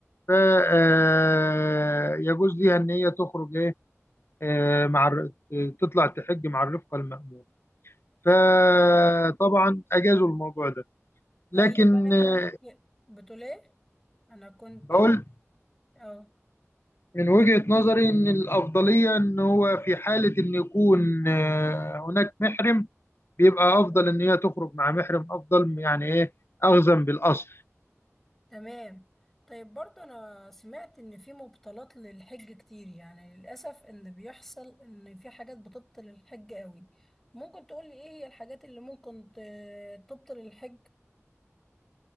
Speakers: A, on the left; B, in the centre.
A: ف آه، يجوز ليها ان هي تخرج ايه آه، مع الر- تطلع تحج مع الرفقه المامونه فطبعا اجازوا الموضوع ده
B: طيب
A: لكن
B: أنا
A: آه،
B: كنت بتقول إيه؟ أنا كنت
A: بقول
B: أه
A: من وجهة نظري ان الافضليه ان هو في حاله ان يكون آه، هناك محرم بيبقى افضل ان هي تخرج مع محرم افضل يعني ايه اخذا بالاصل
B: تمام طيب برضه أنا سمعت إن في مبطلات للحج كتير يعني للأسف إن بيحصل إن في حاجات بتبطل الحج قوي ممكن تقولي إيه هي الحاجات اللي ممكن ت- تبطل الحج؟